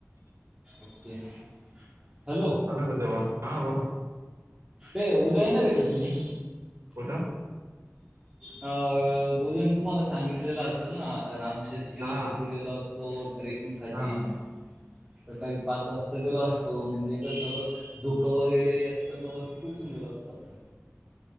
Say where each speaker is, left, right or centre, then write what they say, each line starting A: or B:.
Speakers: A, on the right; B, on the right.
A: ओक हॅलो!
B: अल देवा हां बोल.
A: ते उद्या येणार रे का तुम्ही?
B: कुठ?
A: अ गोलूनून तुम्हाला सांगितलेलं असेल ना रामशेष किल्ल्यावरती
B: हा
A: गेलो असतो. तो ट्रेकिंग साठी
B: हा
A: सकाळी पाच वाजता गेला असतो म्हणजे कसं, धुकं वगैरे असताना वर खूपच गलं असतात.